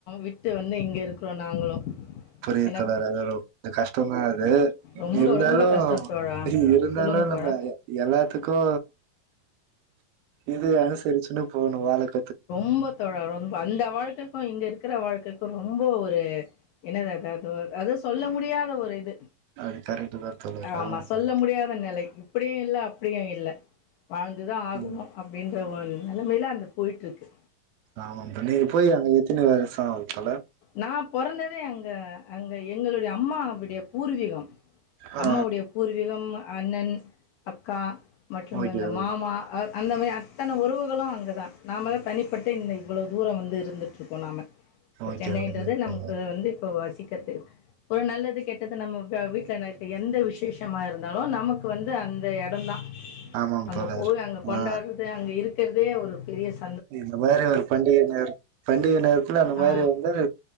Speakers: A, on the left; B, on the right.
A: விட்டு வந்து இங்கருக் அப்றோ நாங்களு
B: புரியுது
A: என்ன
B: தோழர் அது கஷ்டோந்தா அது
A: ரொம்ப
B: இருந்தாலு
A: ரொம்ப கஷ்டோ தோழா
B: இருந்தாலு
A: சொல்லுங்க தோழா
B: நம்ம எல்லாத்துக்கூ இது அனுசரிச்சினு போணு வாழக்
A: ரொம்போ தோழா ரொம்போ அந்த வாழ்க்கதா இங்கருக் க்கிற வாழ்க்கைக்கு ரொம்போ ஒரு என்னது அது அது சொல்ல முடியாத ஒரு இது
B: அது கரெக்ட் தா தோழர்
A: ஆமா சொல்ல
B: தோழர்
A: முடியாத நெலை இப்டியு இல்ல அப்டியு இல்ல வாழ்ந்துதா ஆகணு
B: ம்
A: அப்டின் த மாரி நெலமைல அந்தப் போயிட்டுருக்கு
B: ஆமாங்க நீங்க போயி அங்க எத்தினி வருஷோ கலா
A: நான் பொறந்ததே அங்க அங்கே எங்களுடைய அம்மாவிடைய பூர்வீகம்
B: ஆ
A: அம்மாவுடைய பூர்வீகம் அண்ணன் அக்கா மற்றும்
B: ஓகே
A: எங்க
B: ஓகே
A: மாமா அ அந்த மாரி அத்தன உறவுகளூ அங்க தா நாம தா தனிப்பட்டு இந்த இவ்ளோ தூரோ வந்து இருந்துட்டுருக்கோ நாம இப்ப
B: ஓகே
A: சென்னைன்றது
B: ஓகே
A: நமக்கு
B: தோழர்
A: வந்து இப்போ வஸ் இக்கத்து ஒரு நல்லது கெட்டது நம்ம ப வீட்ல நடக்ற எந்த விசேஷமா இருந்தாலூ நமக்கு வந்து அந்த எடோந்தான்
B: ஆமாம்
A: அங்க
B: தோழர்
A: போய் அங்க கொண்டாட்றது
B: ஆ
A: அங்க இருக் கர்தே ஒ பெரியஸ்
B: இந்த மாறி ஒரு பண்டிகை நே பண்டிகை நேரத்துல அந்த மாறி
A: ஆ.
B: வந்து